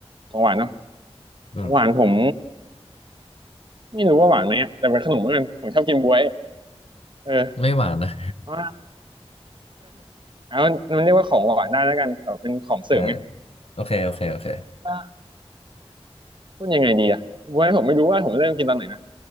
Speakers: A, on the right (about 50°); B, on the left (about 65°).
A: ของหวานเนาะ
B: อืม
A: ของหวานผมไม่รู้ว่าหวานไหมอะแต่เป็นขนมแล้วกันผมชอบกินบ๊วยเออ
B: ไม่หวานนะ
A: เพราะว่าแล้วมันมันเรียกว่าของหวานได้แล้วกันแบบเป็นของเสริมไง
B: อ่าโอเคโอเคโอเค
A: ก็พูดยังไงดีอะบ๊วยผมไม่รู้ว่าผมเริ่มกินตอนไหนนะ